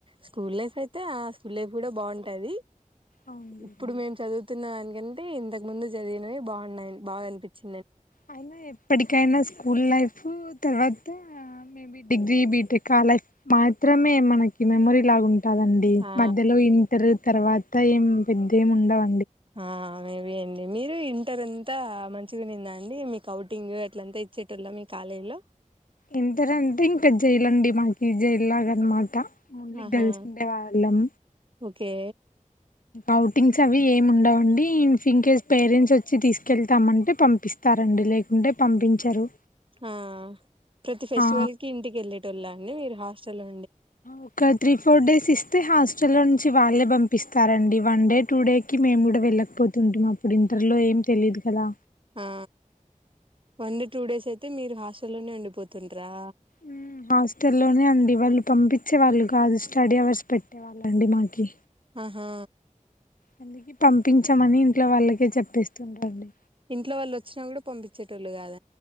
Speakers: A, on the right; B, on the left.
A: స్కూల్ లైఫ్ అయితే ఆ స్కూల్ లైఫ్ కూడా బాగుంటుది
B: అవునులేండి
A: ఇప్పుడు మేము చదువుతున్న దానికంటే ఇంతకు ముందు చదివినవి బాగున్నాయి బాగా అనిపించింది
B: అయినా ఎప్పటికైనా స్కూల్ లైఫ్ తర్వాత మేబీ డిగ్రీ బీటెక్ ఆ లైఫ్ మాత్రమే మనకి మెమొరీ ఇలాగుంటాదండి
A: ఆ
B: మధ్యలో ఇంటర్ తర్వాత ఏం పెద్దేమి ఉండవు
A: ఆ మేబ అండి మీరు ఇంటర్ అంతా మంచిగా నిందా అండి మీకు అఔటింగ్ అట్లంతా ఇచ్చేటల్ల మీకు కాలేజీలో
B: ఇంటర్ అంటే ఇంకా జైలు అండి మాకి జైలు లాగ అనమాట ఓన్లీ
A: ఆహా
B: గర్ల్స్ ఉండే వాళ్ళం
A: ఓకే
B: అౌటింగ్స్ అవి ఏమి ఉండవుండి ఇన్ఫ్ ఇన్ కేస్ పేరెంట్స్ వచ్చి తీసుకెళ్తామ అంటే పంపిస్తా తారండి లేకుంటే పంపించరు
A: ఆ ప్రతి ఫెస్టివల్
B: ఆ
A: కీ ఇంటికెళ్ళేటోల్లాండి మీరు హాస్టల్లొ
B: ఒక త్రీ ఫోర్ డేస్ ఇస్తే హాస్టల్లో చ్చి వాళ్ళే పంపిస్తారండి వన్ డే టూ డేకి మేము గూడ వెళ్ళకపోతుంటిమప్పుడు ఇంటర్లో ఏం తెలియదు కదా
A: ఆ వన్ టూడేసయితే మీరు హాస్టల్లోనే ఉండిపోతుంట్రా
B: మ్మ్ హాస్టల్లోనే అండి వాళ్ళు పంపిచ్చే వాళ్ళు కాదు స్టడీ అవర్స్ పెట్టేవా ళ్ళండి మాకీ
A: ఆహా
B: అందుకే పంపించమని ఇంట్లో వాళ్ళకి చెప్పేస్తుంటండి
A: ఇంట్లో వాళ్ళొచ్చినా గూడా పంపిచ్చేటోళ్ళు గాద